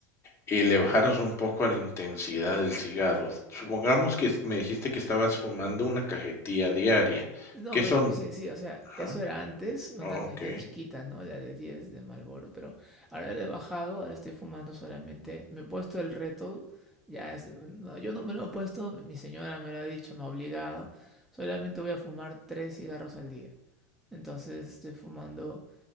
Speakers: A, on the left (about 30°); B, in the centre.
A: y le bajaras un poco a la intensidad del cigarro. Supongamos que me dijiste que estabas fumando una cajetilla diaria.
B: No,
A: ¿Qué
B: pero
A: son?
B: sí, sí, o sea,
A: Ajá,
B: eso era antes una
A: ok.
B: cajetilla chiquita, ¿no? La de 10 de Marlboro, pero ahora le he bajado, ahora estoy fumando solamente. Me he puesto el reto, ya es. No, yo no me lo he puesto, mi señora me lo ha dicho, me ha obligado. Solamente voy a fumar tres cigarros al día. Entonces estoy fumando